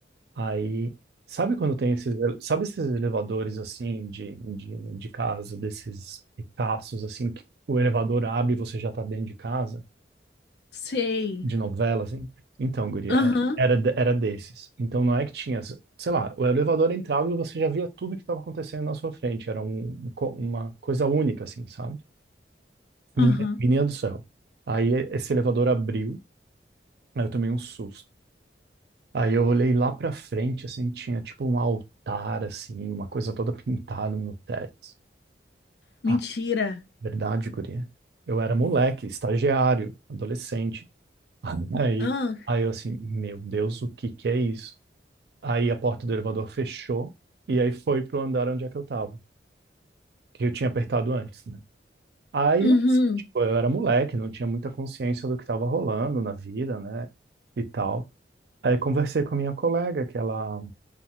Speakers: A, on the right; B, on the left.
A: Aí, sabe quando tem esses, ele- sabe esses elevadores assim de, de, de casa, desses ricaços assim, que o elevador abre e você já tá dentro de casa?
B: Sei.
A: De novela, assim? Então, guria,
B: Aham,
A: era, era, era desses. Então não é que tinha, sei lá, o elevador entrava e você já via tudo que estava acontecendo na sua frente. Era um, um co- uma coisa única, assim, sabe? Menina,
B: aham.
A: menina do céu. Aí esse elevador abriu, aí eu tomei um susto. Aí eu olhei lá pra frente, assim, tinha tipo um altar, assim, uma coisa toda pintada no teto.
B: Mentira.
A: Ah, verdade, guria. Eu era moleque, estagiário, adolescente. <laughs> Aí,
B: Ah,
A: aí eu assim, meu Deus, o que que é isso? Aí a porta do elevador fechou e aí foi pro andar onde é que eu tava, que eu tinha apertado antes, né? Aí,
B: uhum,
A: eu, assim, tipo, eu era moleque, não tinha muita consciência do que estava rolando na vida, né? E tal. Aí conversei com a minha colega, que ela